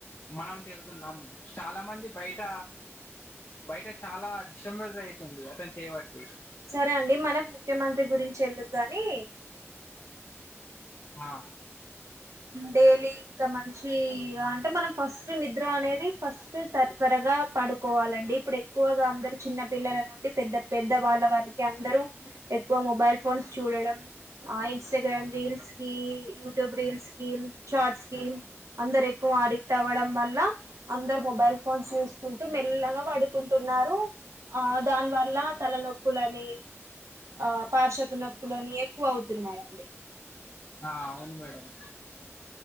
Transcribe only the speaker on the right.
సరే అండి మనకు ముఖ్యమంత్రి గురించి ఎందుకు గానీ
డైలీ ఇంకా మంచి అంటే మనం ఫస్ట్ నిద్ర అనేది ఫస్ట్ తర త్వరగా పడుకోవాలండి ఇప్పుడు ఎక్కువగా అందరు చిన్న పిల్లల నుండి పెద్ద పెద్ద వాళ్ళ వారికి అందరూ ఎక్కువ మొబైల్ ఫోన్స్ చూడడం ఆ ఇన్స్టాగ్రామ్ రీల్స్ కి యూట్యూబ్ రీల్స్ కి షార్ట్స్ కి అందరు ఎక్కువ అడిక్ట్ అవ్వడం వల్ల అందరు మొబైల్ ఫోన్స్ చూసుకుంటూ మెల్లగా పడుకుంటున్నారు ఆ దాని వల్ల తలనొప్పులని ఆ పార్షపు నొప్పులని ఎక్కువ అవుతున్నాయిండి